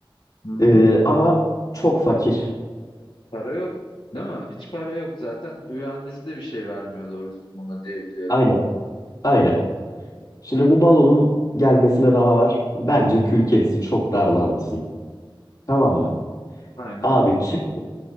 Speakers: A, on the left; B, on the left.
A: Hı hı.
B: ee, ama çok fakir.
A: Para yok. Değil mi? Hiç para yok zaten. Üvey annesi de bir şey vermiyor doğrusu buna diyebiliyorum.
B: Aynen aynen. Şimdi bu balonun gelmesine daha var. Bence kül kedisi çok darlansın. Tamam mı?
A: Aynen.
B: Abi çıksın